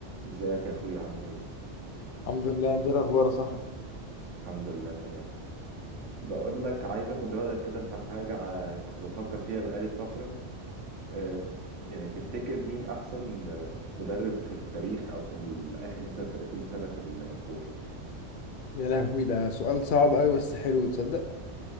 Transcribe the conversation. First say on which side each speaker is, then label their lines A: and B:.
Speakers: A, on the right; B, on the left.
A: ازيك يا اخويا عامل ايه
B: الحمد لله انت ايه الاخبار يا صاحبي
A: الحمد لله تمام بقول لك عايز اخد رايك كده في حاجه ع- كنت بفكر فيها بقالي فتره آه، يعني تفتكر مين احسن آه، مدرب في التاريخ او في ال- اخر مثلا 30 سنه في الكوره
B: يا لهوي ده سؤال صعب قوي بس حلو تصدق